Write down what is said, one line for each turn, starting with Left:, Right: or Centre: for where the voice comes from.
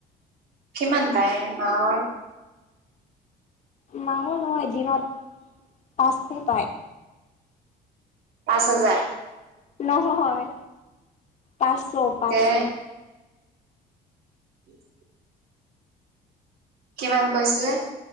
Right: কিমান পায় মাহৰ?
Left: মাহৰ নহয়, দিনত পাঁচশ পায়।
Right: পাঁচ হাজাৰ।
Left: নহয় পাঁচশ, পাঁচশ।
Right: তে <inaudible> কিমান কৈছিলে?